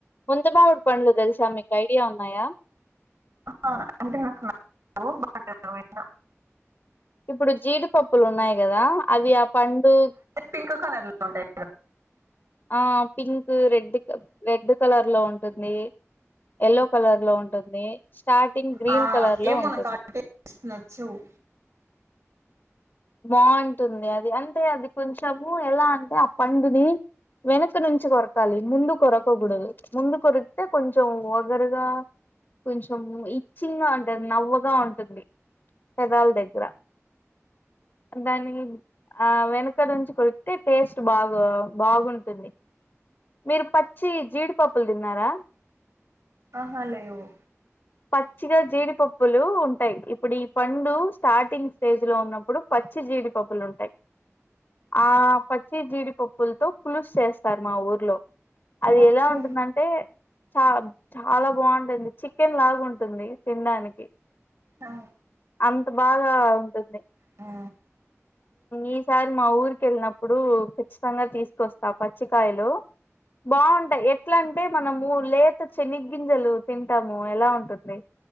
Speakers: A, on the left; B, on the right.
A: ముంతమావిడి పండ్లు తెలుసా మీకు ఐడియా ఉన్నాయా
B: ఆ అంటే నాకు నచ్చవు బయట
A: ఇప్పుడు జీడిపప్పులు ఉన్నాయి కదా అవి ఆ పండు
B: పింక్ కలర్ లో ఉంటాయి
A: ఆ పింక్ రెడ్ రెడ్ కలర్ లో ఉంటుంది ఎల్లో కలర్ లో ఉంటుంది. స్టార్టింగ్ గ్రీన్
B: ఆ
A: కలర్ లో
B: ఏమోనా
A: ఉంటుంది
B: టెస్ట్ నచ్చవు.
A: బాంటుంది అది అంటే అది కొంచెము ఎలా అంటే ఆ పండుని వెనక నుంచి కొరకాలి ముందు కొరకకూడదు ముందు కొరికితే కొంచెం వగరుగా కొంచెం ఇచ్చింగా ఉంటుంది నవ్వగా ఉంటుంది పెదాల దగ్గర దాన్ని ఆ వెనక నుంచి కొరికితే టేస్ట్ బాగా బాగుంటుంది మీరు పచ్చి జీడిపప్పులు తిన్నారా
B: ఆహ లేవు
A: పచ్చిగా జీడిపప్పులు ఉంటాయి ఇప్పుడు ఈ పండు స్టార్టింగ్ స్టేజ్ లో ఉన్నప్పుడు పచ్చి జీడి పప్పులు ఉంటాయి. ఆ పచ్చి జీడి పప్పులతో పులుసు చేస్తారు మా ఊర్లో అది
B: ఓకే
A: ఎలా ఉంటుందంటే చా చాలా బాగుంటుంది చికెన్ లాగా ఉంటుంది తినడానికి
B: ఆ
A: అంత బాగా ఉంటుంది
B: ఆ
A: ఈసారి మా ఊరికి వెళ్ళినప్పుడు ఖచ్చితంగా తీసుకొస్తా పచ్చి కాయలు బాగుంటాయి ఎట్లా అంటే మనము లేత చనిగింజలు తింటాము ఎలా ఉంటుంది